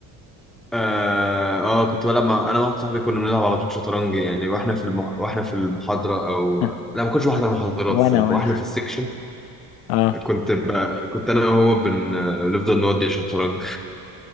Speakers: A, in the centre; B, on the left.
A: اه آه، كنت بلعب مع انا واحد صاحبي كنا بنلعب على طول شطرنج يعني واحنا في المح... واحنا في المحاضره او
B: <laughs>
A: لا ما كنتش بحضر محاضرات
B: وانا
A: الصراحه
B: وانا
A: واحنا في السكشن
B: اه
A: كنت ب... كنت انا وهو بن... بنفضل نودي شطرنج